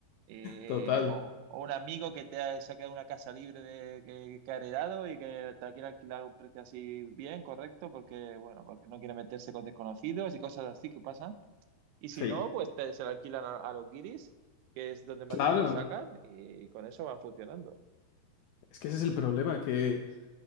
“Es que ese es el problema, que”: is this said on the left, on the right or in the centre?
Left